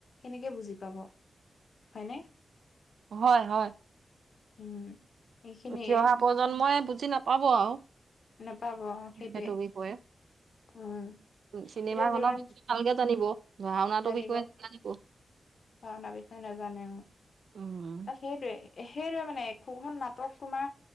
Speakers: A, on the left; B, on the right.
A: কেনেকে বুজি পাব হয়নে।
B: হয়-হয়।
A: উম', এইখিনিয়ে
B: উঠি অহা প্ৰজন্মই বুজি নাপাব আৰু
A: নাপাব সেইটোৱে
B: সেইটো বিষয়ে।
A: উম',
B: চিনেমাখনৰ
A: এতিয়া যিমান
B: বিষয়ে ভালকে জানিব, ভঢ়াওনাটোৰ
A: জানিব
B: বিষয়ে নাজানিব।
A: ভাওনাৰ বিষয়ে নাজানে
B: উম,
A: তা সেইটোৱে-সেইটোৱে। মানে একো নাটক তোমাৰ